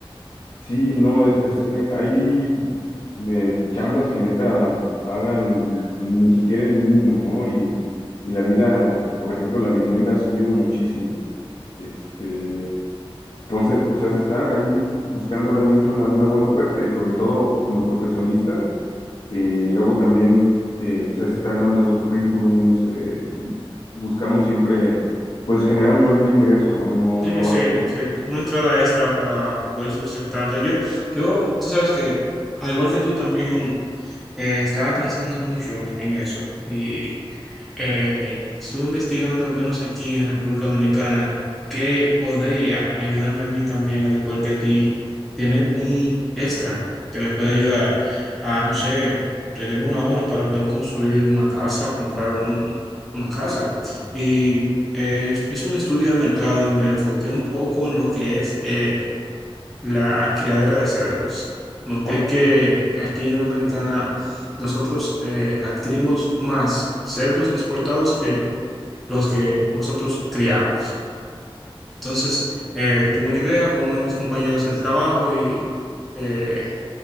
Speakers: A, on the left; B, in the centre.
A: sí, no, es, es- eh, hay eh, chambas que neta pagan ni siquiera el mínimo, ¿no? Y, y la vida, por ejemplo, la vivienda ha subido muchísimo. Este, Entonces, pues es estar ahí buscando realmente una, una buena oferta y sobre todo pues, como profesionistas. Eh, luego también eh, pues, es estar mandando currículums, eh, buscamos siempre pues generar un mayor ingreso, ¿no? No,
B: Sí,
A: no bajar.
B: sí, sí. Una entrada extra para poder sustentarte. Yo, yo, tú sabes que, al igual que tú también, eh, estaba pensando mucho en eso. Y Eh, estuve investigando, al menos aquí en República Dominicana, que podría ayudarme a mí también, al igual que a ti, tener un extra que me pueda ayudar a, no sé, tener un ahorro para poder construir una casa o comprar un- una casa. Y eh, hice un estudio de mercado y me enfoqué un poco en lo que es eh, la criadera de cerdos. Noté
A: Ahora,
B: que aquí en Dominicana nosotros eh, adquirimos más cerdos exportados que los que nosotros criamos. Entonces, eh, tuve una idea con uno de mis compañeros del trabajo y eh,